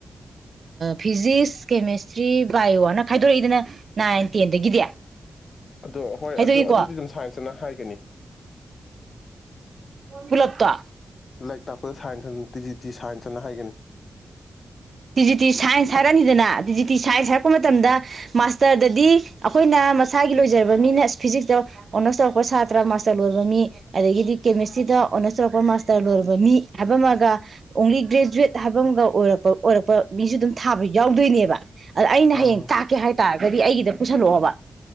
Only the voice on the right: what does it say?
ꯐꯤꯖꯤꯛꯁ ꯀꯦꯃꯦꯁꯇ꯭ꯔꯤ ꯕꯥꯏꯑꯣ ꯍꯥꯏꯅ ꯈꯥꯏꯗꯣꯔꯛꯏꯗꯅ ꯅꯥꯏꯟ ꯇꯦꯟꯗꯒꯤꯗꯤ
ꯍꯥꯏꯗꯣꯛꯏꯀꯣ
ꯄꯨꯂꯞꯇꯣ
ꯇꯤ ꯖꯤ ꯇꯤ ꯁꯥꯏꯟꯁ ꯍꯥꯏꯔꯛꯑꯅꯤꯗꯅ ꯇꯤꯖꯤ ꯇꯤ ꯁꯥꯏꯟꯁ ꯍꯥꯏꯔꯛꯄ ꯃꯇꯝꯗ ꯃꯥꯁꯇꯔꯗꯗꯤ ꯑꯩꯈꯣꯏꯅ ꯃꯁꯥꯒꯤ ꯂꯣꯏꯖꯔꯕ ꯃꯤꯅ ꯐꯤꯖꯤꯛꯁꯇ ꯑꯣꯅꯔꯁ ꯇꯧꯔꯛꯄ ꯁꯥꯇ꯭ꯔ ꯃꯥꯁꯇꯔ ꯂꯣꯏꯔꯕ ꯃꯤ ꯑꯗꯒꯤꯗꯤ ꯀꯦꯃꯦꯁꯇ꯭ꯔꯤꯗ ꯑꯣꯅꯔꯁ ꯇꯧꯔꯛꯄ ꯃꯥꯁꯇꯔ ꯂꯣꯏꯔꯕ ꯃꯤ ꯍꯥꯏꯕ ꯑꯃꯒ ꯑꯣꯡꯂꯤ ꯒ꯭ꯔꯦꯖꯨꯋꯦꯠ ꯍꯥꯏꯕ ꯑꯃꯒ ꯑꯣꯏꯔꯛꯄ ꯑꯣꯏꯔꯛꯄ ꯃꯤꯁꯨ ꯑꯗꯨꯝ ꯊꯥꯕ ꯌꯥꯎꯗꯣꯏꯅꯦꯕ ꯑꯗ ꯑꯩꯅ
ꯍꯌꯦꯡ ꯇꯥꯛꯀꯦ ꯍꯥꯏꯇꯥꯔ ꯑꯗꯤ ꯑꯩꯒꯤꯗ ꯄꯨꯁꯜꯂꯛꯑꯣꯕ